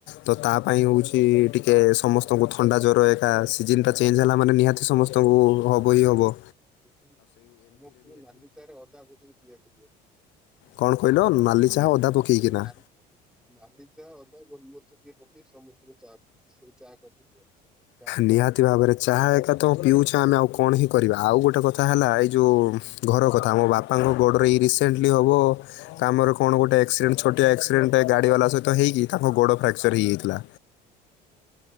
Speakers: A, on the left; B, in the centre.
A: ତ ତା ପାଇଁ ହଉଛି।
B: ଆଉ।
A: ଟିକେ ସମସ୍ତଙ୍କୁ ଥଣ୍ଡା, ଜ୍ୱର, ଏକା ସିଜନଟା ଚେଞ୍ଜ ହେଲା ମାନେ ନିହାତି ସମସ୍ତଙ୍କୁ ହବ ହିଁ ହବ।
B: କିଛି ସମସ୍ତଙ୍କୁ ନାଲିଚାରେ ଅଦା ପକେଇି ପିଇଆକୁ ଦିଅ।
A: କଣ କହିଲ ନାଲି ଚାହା
B: ସମସ୍ତଙ୍କୁ
A: ଅଦା ପକେଇକିନା।
B: ନାଲି ନାଲି ଚା ଅଦା, ଗୋଲମରିଚ ଟିକେ ପକେଇ ସମସ୍ତଙ୍କୁ ଚା ସେଇ ଚା କରିକି ଦିଅ। ଚା ପତି
A: ନିହାତି
B: ପକେଇକି
A: ଭାବରେ। ଚାହା ଏକା ତ ପିଉଛୁ ଆମେ ଆଉ କଣ ହିଁ କରିବା ଆଉ ଗୋଟେ କଥା ହେଲା ଏଇ ଯୋଉ। ଘର କଥା ମୋ ବାପାଙ୍କ ଗୋଡ଼ରେ ଏଇ ରିସେଣ୍ଟଲି ହବ। କାମରେ କଣ ଗୋଟେ ଆକ୍ସିଡେଣ୍ଟ ଛୋଟିଆ ଆକ୍ସିଡେଣ୍ଟ ଟା ଗାଡ଼ି ବାଲା ସହିତ ହେଇିକି ତାଙ୍କ ଗୋଡ଼ ଫ୍ରାକ୍ଚର ହେଇଯାଇଥିଲା।